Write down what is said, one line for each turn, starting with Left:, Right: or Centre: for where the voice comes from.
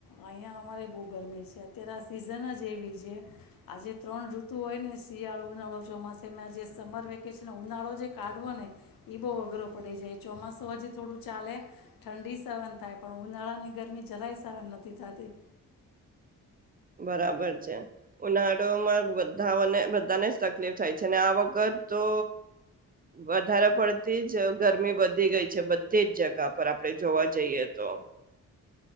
Left: અહીંયા અમારે બહુ ગરમી છે. અત્યારે સિઝન જ એવી છે આજે ત્રણ ઋતુ હોય ને શિયાળો, ઉનાળો, ચોમાસ એમાં આ જે સમર વેકેશન ઉનાળો જે કાઢવો ને એ બહુ અઘરો પડી જાય ચોમાસું હજી થોડું ચાલે ઠંડી સહન થાય પણ ઉનાળાની ગરમી જરાય સહન નથ. થતી
Right: બરાબર છે ઉનાળોમાં બધાઓને બધાને જ તકલીફ થાય છે અને આ વખત તો વધારે પડતી જ ગરમી વધી ગઈ છે બધી જ જગા પર આપડે જોવા જઈએ તો.